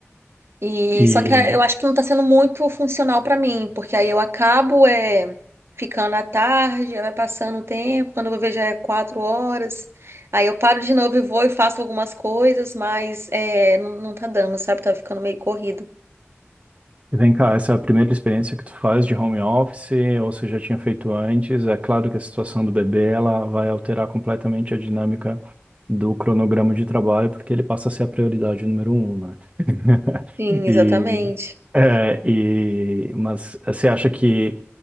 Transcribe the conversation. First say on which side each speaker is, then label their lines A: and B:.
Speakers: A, on the right; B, on the right.
A: E
B: E
A: só que eu acho que não tá sendo muito funcional pra mim, porque aí eu acabo é ficando à tarde, aí vai passando o tempo, quando eu vejo já é quatro horas, aí eu paro de novo e vou e faço algumas coisas, mas é, não, não tá dando, sabe? Tá ficando meio corrido.
B: vem cá, essa é a primeira experiência que tu faz de home office, ou você já tinha feito antes? É claro que a situação do bebê, ela vai alterar completamente a dinâmica do cronograma de trabalho, porque ele passa a ser a prioridade número um, né? <laughs>
A: Sim, exatamente.
B: E, é, e, mas você acha que